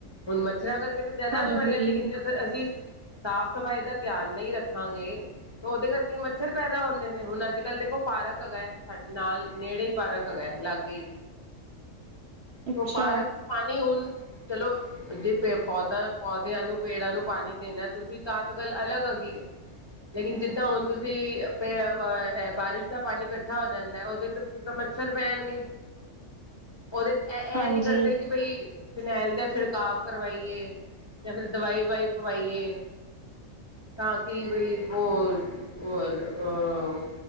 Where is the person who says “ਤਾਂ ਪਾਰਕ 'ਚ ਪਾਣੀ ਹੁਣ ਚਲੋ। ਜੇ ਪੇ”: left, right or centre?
Left